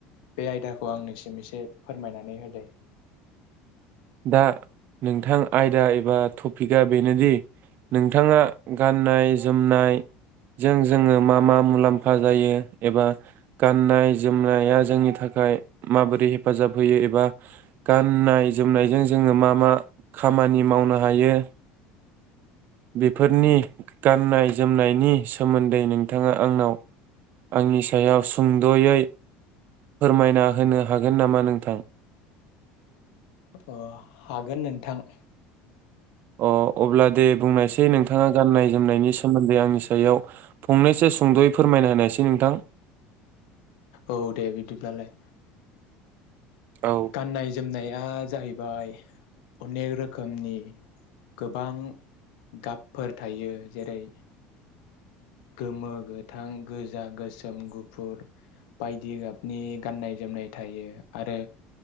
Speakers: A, on the left; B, on the right.
A: बे आयदाखौ आंनिसिम एसे फोरमायनानै होदो
B: दा नोंथां आयदा एबा टपिकआ बेनोदि नोंथाङा गाननाय जोमनायजों जोङो मा मा मुलाम्फा जायो एबा गाननाय जोमनाया जोंनि थाखाय माबोरै हेफाजाब होयो एबा गाननाय जोमनायजों जोङो मा मा खामानि मावनो हायो बेफोरनि गाननाय जोमनायनि सोमोन्दै नोंथाङा आंनाव आंनि सायाव सुंद'यै फोरमायना होनो हागोन नामा नोंथां
A: अ हागोन नोंथां
B: अ अब्ला दे बुंनायसै नोंथाङा गाननाय जोमनायनि सोमोन्दै आंनि सायाव फंनैसो सुंद'यै फोरमायना होनायसै नोंथां
A: औ दे बिदिब्लालाय
B: औ
A: गाननाय जोम नाया जाहैबाय अनेक रोखोमनि गोबां गाबफोर थायो जेरै गोमो गोथां गोजा गोसोम गुफुर बायदि गाबनि गाननाय जोमनाय थायो आरो